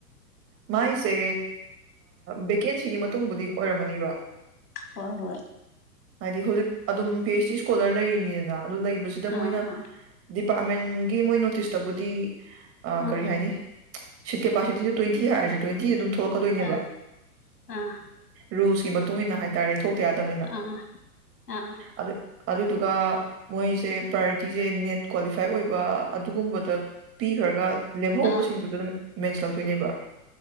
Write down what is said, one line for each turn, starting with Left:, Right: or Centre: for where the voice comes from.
Right: ꯃꯥꯏꯁꯦ ꯚꯦꯀꯦꯟꯁꯤꯒꯤ ꯃꯇꯨꯡꯕꯨꯗꯤ ꯑꯣꯏꯔꯝꯃꯅꯤꯕ
Left: ꯍꯣꯏ ꯍꯣꯏ
Right: ꯍꯥꯏꯗꯤ ꯍꯧꯖꯤꯛ ꯑꯗꯨꯝ ꯄꯤ ꯑꯩꯩꯆ ꯗꯤ ꯏꯁꯀꯣꯂꯔ ꯂꯩꯔꯤꯅꯤꯗꯅ ꯑꯗꯨ ꯂꯩꯕꯁꯤꯗ
Left: ꯑꯥ
Right: ꯃꯣꯏꯅ ꯗꯤꯄꯥꯔꯠꯃꯦꯟ ꯒꯤ ꯃꯣꯏ ꯅꯣꯇꯤꯁꯇꯕꯨꯗꯤ
Left: ꯑꯥ
Right: ꯀꯔꯤ ꯍꯥꯏꯅꯤ ꯁꯤꯠ ꯀꯦꯄꯥꯁꯤꯇꯤꯗ ꯇ꯭ꯋꯦꯟꯇꯤ ꯍꯥꯏꯔꯁꯦ ꯇ꯭ꯋꯦꯟꯇꯤ ꯑꯗꯨꯝ ꯊꯣꯛꯂꯛꯀꯗꯣꯏꯅꯦꯕ
Left: ꯑꯥ ꯑꯥ
Right: ꯔꯨꯜꯁꯀꯤ ꯃꯇꯨꯡ ꯏꯟꯅ ꯍꯥꯏꯇꯥꯔꯦ ꯊꯣꯛꯇ ꯌꯥꯗꯕꯅꯤꯅ
Left: ꯑꯥ ꯑꯥ
Right: ꯑꯗꯨ ꯀ ꯃꯣꯏꯁꯦ ꯄꯥꯔꯇꯤꯁꯦ ꯅꯦꯠ ꯀ꯭ꯋꯥꯂꯤꯐꯥꯏ ꯑꯣꯏꯕ ꯑꯗꯨꯒꯨꯝꯕꯗ ꯄꯤꯈ꯭ꯔꯒ ꯂꯦꯝꯍꯧꯕꯁꯤꯡꯗꯨꯗ
Left: ꯑꯥ
Right: ꯑꯗꯨꯝ ꯃꯦꯟꯁ ꯂꯧꯥꯛꯇꯣꯏꯅꯦꯕ